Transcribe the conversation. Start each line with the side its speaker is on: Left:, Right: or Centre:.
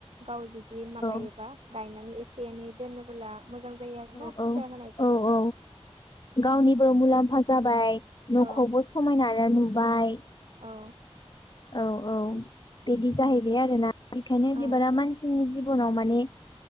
Right: गाव जुदि माबायोबा
Left: औ
Right: गायनानै एसे एनै दोनोबोला मोजां जायो आरोना
Left: औ
Right: फैसा होनाय
Left: औ औ गावनिबो मुलाम्फा जाबाय
Right: औ
Left: न'खौबो समाय ना नुबाय
Right: औ
Left: औ औ बिदि जाहैबाय आरोना बेखायनो
Right: औ
Left: बिबारा मानसिनि जि जिबनाव माने